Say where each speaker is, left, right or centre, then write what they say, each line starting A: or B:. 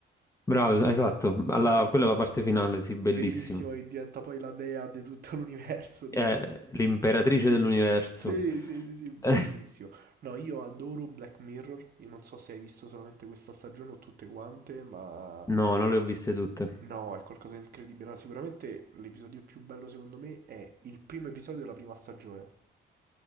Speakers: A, on the left; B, on the right.
A: bravo, esatto. Alla-
B: Beh.
A: quella è la parte finale, sì, bellissima.
B: bellissimo che diventa poi la dea di tutto l'universo, tipo.
A: Eh, l'imperatrice dell'universo.
B: Sì,
A: <laughs>
B: sì, sì, sì, bellissimo.
A: Eh,
B: No, io adoro Black Mirror. Io non so se hai visto solamente questa stagione o tutte quante, ma
A: No, non le ho viste tutte.
B: no, è qualcosa di incredibile. Allora, sicuramente l'episodio più bello secondo me è il primo episodio della prima stagione.